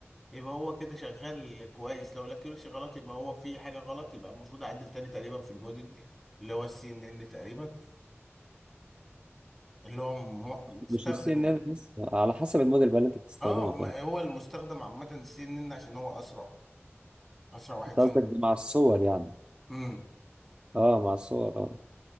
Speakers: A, in the centre; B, on the right.
A: يبقى هو كده شغال كويس لو الاكيورسي غلط يبقى هو في حاجه غلط يبقى المفروض اعدل تاني تقريبا في الموديل اللي هو السي ان ان تقريبا اللي هو مو- مستخدم
B: مش السي ان ان بس على حسب الموديل بقى اللي انت بتستخدمه
A: اه ما-
B: فين
A: هو المستخدم عامه السي ان ان عشان هو اسرع اسرع واحد
B: انت قصدك ده مع الصور يعني
A: فيهم
B: اه مع الصور اه